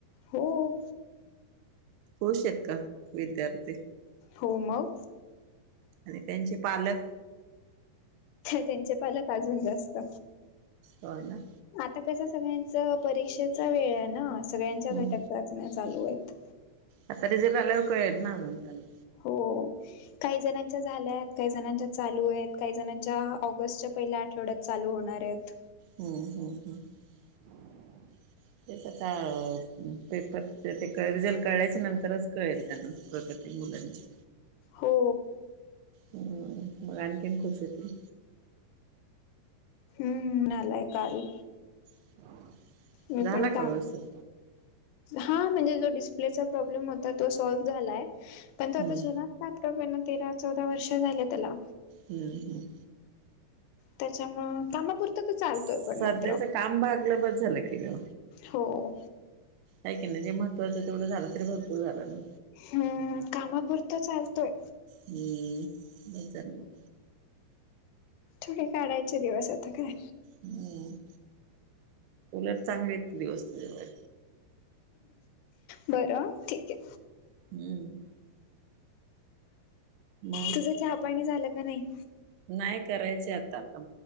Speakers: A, on the left; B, on the right.
A: हो
B: खुश आहेत का विद्यार्थी?
A: हो मग
B: आणि त्यांचे पालक?
A: त्यांचे पालक अजून जास्त.
B: हो ना.
A: आता कस सगळ्यांच परीक्षेचा वेळ आहे ना सगळ्यांच्या
B: हम्म
A: घटक चाचण्या चालू आहेत.
B: आता रिजल्ट लागल्यावर कळेल ना नंतरण.
A: हो काही जणांच्या झाल्यात, काही जणांच्या चालू आहेत, काही जणांच्या ऑगस्ट च्या पहिल्या आठवड्यात चालू होणार आहेत.
B: हम्म हम्म हम तेच ता पेपर ते रिजल्ट कळल्याच्या नंतरच कळेल त्यांना प्रगती मुलांची.
A: हो.
B: हम् मग आणखीन खुश होतील.
A: हम्म आलाय काल.
B: <inaudible>
A: मी पण
B: का
A: कामा
B: व्यवस्थित?
A: हा म्हणजे जो डिस्प्लेचा प्रॉब्लेम होता तो सॉल्व्ह झालाय पण तो
B: हम्म
A: आता जुनाच लॅपटॉप आहे ना तेरा चौदा वर्ष झाले त्याला.
B: हम् हम्.
A: त्याच्यामूळं कामापुर ता तो चालतोय
B: सध्याच
A: पण मात्र,
B: काम भागलं बस झालं की ग.
A: हो.
B: हाय कि नाही जे महत्वाचं तेवढं झालं तरी भरपूर झालं ना.
A: हम्म कामापुरत चालतोय.
B: हम्म बस झालं मग.
A: थोडे काढायचे दिवस आता काय.
B: हूम्म, उलट चांगले आहेत कि, दिवस तुझं.
A: बरं ठीक ये.
B: हुं. मग
A: तुझं चहा पाणी झालं का नाही?
B: नाही करायचे आता, आता